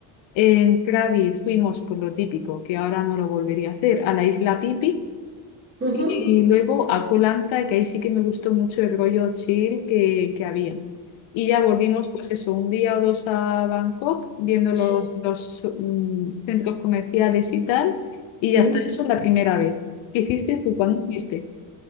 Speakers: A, on the left; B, on the right.
A: En Krabi fuimos, pues lo típico, que ahora no lo volvería a hacer, a la isla Pipi
B: ujú,
A: y luego a Koh Lanta, que ahí sí que me gustó mucho el rollo chill que, que había. Y ya volvimos, pues eso, un día o dos a Bangkok, viendo
B: sí.
A: los, los mm, centros comerciales y tal. Y
B: Sí.
A: ya está, eso la primera vez. ¿Qué hiciste tú? ¿Cuándo fuiste?